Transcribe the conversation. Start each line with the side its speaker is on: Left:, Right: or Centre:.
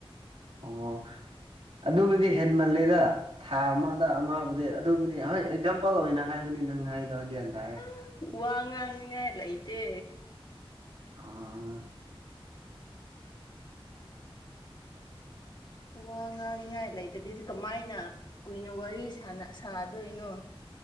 Right: ꯑꯣ ꯑꯗꯨꯕꯨꯗꯤ ꯍꯦꯟꯃꯂꯜ ꯂꯦꯗ ꯊꯥ ꯑꯃꯗ ꯑꯃꯕꯨꯗꯤ ꯑꯗꯨꯕꯨꯗꯤ ꯍꯣꯏ ꯑꯦꯛꯖꯥꯝꯄꯜ ꯑꯣꯏꯅ ꯍꯥꯏ ꯑꯗꯨꯅꯤ ꯅꯪ ꯍꯥꯏꯗꯣ ꯑꯩ ꯒꯌ꯭ꯥꯟ ꯇꯥꯔꯦ
Left: ꯑꯥ ꯋꯥ ꯉꯥꯡꯅꯤꯡꯉꯥꯏ ꯂꯩꯇꯦ
Right: ꯑꯥ
Left: ꯋꯥ ꯉꯥꯡꯅꯤꯉꯥꯏ ꯂꯩꯗꯗꯤ ꯀꯃꯥꯏꯅ ꯀꯨꯏꯅ ꯋꯥꯔꯤ ꯁꯥꯟꯅ ꯁꯥꯗꯣꯏꯅꯣ